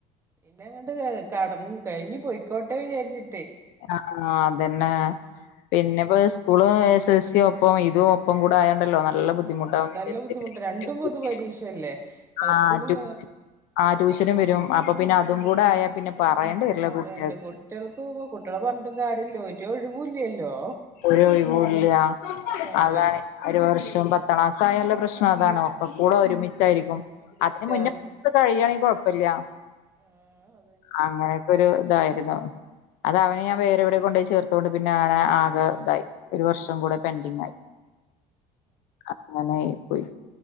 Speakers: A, on the right; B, on the left.
A: പിന്നെ അങ്ങട്ട് കട കഴിഞ്ഞ് പൊയിക്കോട്ടെ വിചാരിച്ചി
B: ആഹ് ആ അതന്നെ പിന്നെ പ്പത് സ്കൂള് എസ് എൽ സി ആയപ്പം ഇതും ഒപ്പം കൂടെ ആയ ണ്ടല്ലോ നല്ല
A: ആഹ്
B: ബുദ്ധിമുട്ടാവുന്ന് വിചാരിച്ച്
A: നല്ല ബുദ്ധിമുട്ട് രണ്ടും
B: <unintelligible>
A: പൊതു പരീക്ഷയല്ലേ മദ്രസയിലും
B: ആ റ്റു ആ ട്യൂഷനും വരും അപ്പൊ പിന്നെ അതും കൂടെ ആയാ പിന്നെ പറയേണ്ടി വരില്ല
A: പറയണ്ട
B: കുട്ടികൾക്ക്.
A: കുട്ടികൾക്ക് കുട്ടികളെ പറഞ്ഞിട്ടും കാര്യമില്ല ഒരു ഒഴിവൂല്ലല്ലോ
B: ഒരു ഒഴിവു ഇല്ല.
A: ആഹ്
B: അതാണ്
A: അവർക്ക്
B: ഒരു വർഷം പത്താം ക്ലാസായാല്ല പ്രശ് അതാണ് ഒക്കെ
A: ആഹ്
B: കൂടെ ഒരുമിച്ചായിരിക്കും
A: ഒരുമിച്ചോ
B: അതിന് മുന്നേ <unintelligible> കഴിയണെങ്കി കൊഴപ്പല്ല്യ
A: ആഹ് അതന്നെ
B: അങ്ങനെയൊക്കെരു ഇതായിരുന്നു. അത് അവനെ ഞാൻ വേറെ എവിടെ കൊണ്ടോയി ചേർത്തോണ്ട് പിന്നെ അങ്ങനെ ആകെ ഇതായി. ഒരു വർഷം കൂടെ പെൻഡിങ് ആയി അങ്ങനെ പോയി.